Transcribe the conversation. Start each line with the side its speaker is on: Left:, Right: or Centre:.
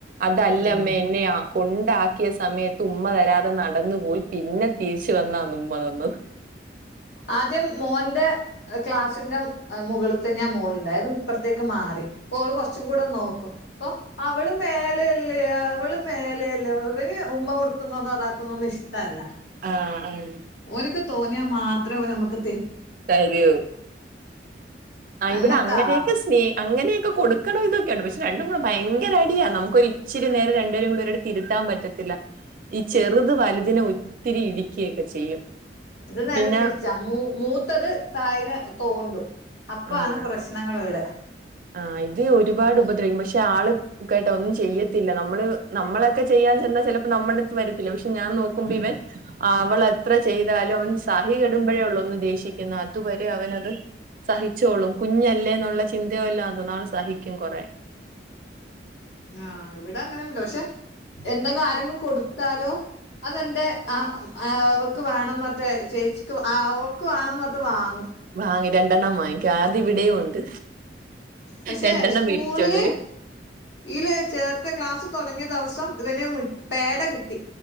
Right: അതല്ല
Left: ഉം
Right: അമ്മേ എന്നെയാ കൊണ്ടാക്കിയ സമയത്ത് ഉമ്മ തരാതെ നടന്നു പോയി പിന്നെ തിരിച്ച് വന്നാന്ന് ഉമ്മ തന്ന്.
Left: ആദ്യം മോന്റെ ക്ലാസിന്റെ മുകളിൽ തന്നെ ആ മോളുണ്ടായ അതും ഇപ്പറത്തേക്ക് മാറി ഇപ്പോള് കുറച്ചും കൂടെ നോക്കും. അപ്പൊ അവള് മേലെല്ലേ അവള് മേലെല്ലേ ന് ഉമ്മ കൊടുക്കുന്നതോ അതാക്കുന്നന്നും ഇഷ്ടമല്ല
Right: ആഹ് ആഹ്
Left: ഓ എനിക്ക് തോന്നിയാ മാത്ര ത്രയ നമുക്ക്
Right: തരിയോ ആ
Left: അങ്ങനത്തെ
Right: ഇവിടെ അങ്ങനെയൊക്കെ
Left: ആളാണ്
Right: സ്നേ അങ്ങനെയൊക്കെ കൊടുക്കണം ഇൊക്കെയുണ്ട് പക്ഷ രണ്ടും കൂടെ ഭയങ്കര അടിയ നമുൊ ഇരി നേരെ രണ്ടുേരും ഒരട് തിരുത്താൻ പറ്റും പറ്റത്തി ഈ ചെറുത് വലുതിനെ ഒത്തിരി ഇടുക്കിയൊക്കെ ചെയ്യും.
Left: ഇത് നേരെ
Right: പിന്നെ
Left: തിരിച്ച മൂ മൂത്തത് തായെ തോണ്ടും അപ്പ
Right: ആഹ്
Left: ആണ് പ്രശ്നം ഞങ്ങളൾ ഇവിടെ
Right: ആഹ് ഇത് ഒരുപാട് ഉപദ്രവിക്കും പക്ഷെ ആള് ക്ക കേട്ടാ ഒന്നും ചെയ്യത്തില്ല നമ്മള് നമ്മളൊക്കെ ചെയ്യാൻ ചെന്നാ ചിലപ്പോ നമ്മുടെ അടുത്ത് വരത്തില്ല പക്ഷെ ഞാൻ നോക്കുമ്പോ ഇവൻ അവളത്ര ചെയ്താലും അവൻ സഹി കെടുമ്പോഴേ ഉള്ളൂ ഒന്ന് ദേഷിക്ക അതുവരെ അവനത് സഹിച്ചോളും കുഞ്ഞല്ലേ എന്നുള്ളന്ത <unintelligible> നാള് സഹിക്കും കുറെേ
Left: ആഹ് ഇവിടെ അങ്ങനെന്നല്ല പക്ഷെ എന്തെങ്കും ആരെങ്കിലും കൊടുത്താലോ അതന്റെ ആ അവക്ക് വേണം എന്നൊട്ട് ചേച്ചിക്ക് അവക്ക് വേണംന്ന് പറട്ട് വാങ്ങും
Right: വാങ്ങി രണ്ടെണ്ണം വാങ്ങിക്ക അതി ഇവിടെയും ഉണ്ട്
Left: പക്ഷെ
Right: രണ്ടെണ്ണം
Left: സ്കൂളില്
Right: മേടിച്ചോണ്ട് വരും
Left: ല് ചേർ ത്തെ ക്ലാസ് തുടങ്ങിയ ദിവസം ഇവ പേട കിട്ടി